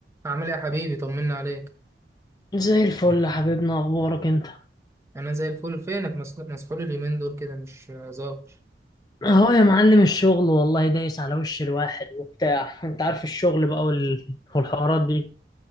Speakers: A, on the right; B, on the left.
A: عامل ايه يا حبيبي طمنا عليك
B: زي الفل يا حبيبنا اخبارك انت
A: انا زي الفل فينك مس- مسحول اليومين دول كده مش ظاهر
B: اهو يا معلم الشغل والله دايس على وش الواحد وبتاع انت عارف الشغل بقى وال... والحوارات دي